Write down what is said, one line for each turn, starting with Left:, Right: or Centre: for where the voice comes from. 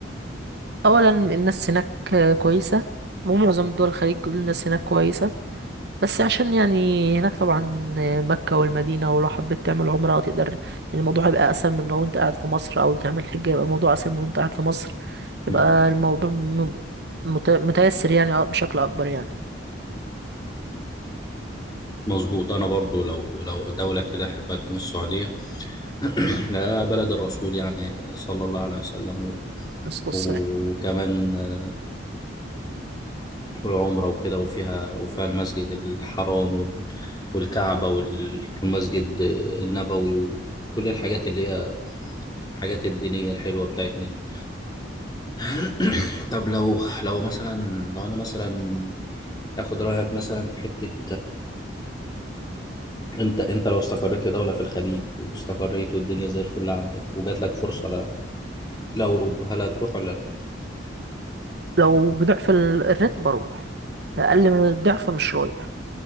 Right: أولا الناس هناك كويسة ومعظم دول الخليج بيقولوا الناس هناك كويسة بس عشان يعني هناك طبعا مكة والمدينة ولو حبيت تعمل عمرة تقدر يعني الموضوع هيبقى أسهل من لو أنت قاعد في مصر أو تعمل حجة يبقى الموضوع أسهل من وأنت قاعد في مصر
Left: مم.
Right: يبقى الموضوع م- مت- متيسر يعني أه بشكل أكبر يعني
Left: مظبوط أنا برضو لو لو دولة كده أحبها تكون السعودية <clears throat> آه، بلد الرسول يعني صلى الله عليه وسلم و...
Right: الصلاة والسلام
Left: وكمان آه، والعمرة وكده وفيها وفيها المسجد الحرام وال... والكعبة وال- والمسجد النبوي وكل الحاجات اللي هي الحاجات الدينية الحلوة بتاعتنا دي <clears throat> طب لو لو مثلا لو أنا مثلا آخد رأيك مثلا في حتة انت انت لو استقريت في دولة في الخليج واستقريت والدنيا زي الفل عندك وجات لك فرصة ل- لأوروبا هل هتروح ولا لا؟
Right: لو بضعف ال- الراتب أروح أقل من الضعف مش رايح